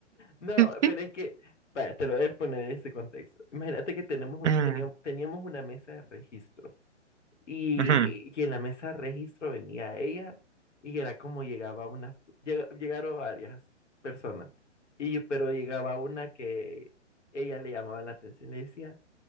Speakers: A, on the left; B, on the right.
A: No,
B: <laughs>
A: pero es que, vaya, te lo voy a poner en ese contexto. Imagínate que tenemos, un-
B: Ujú,
A: teníamos, teníamos una mesa de registro. Y,
B: ujú,
A: y en la mesa de registro venía ella y era como llegaba una, llega- llegaron varias personas, y, yo- pero llegaba una que ella le llamaba la atención, le decía,